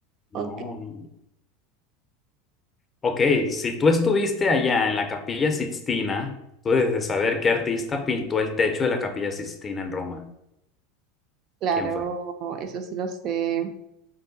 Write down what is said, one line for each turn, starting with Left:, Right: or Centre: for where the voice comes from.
Left: no.
Right: Ok.
Left: no. Ok, si tú estuviste allá en la Capilla Sixtina, tú debes de saber qué artista pintó el techo de la Capilla Sixtina en Roma.
Right: Claro,
Left: ¿Quién fue?
Right: eso sí lo sé.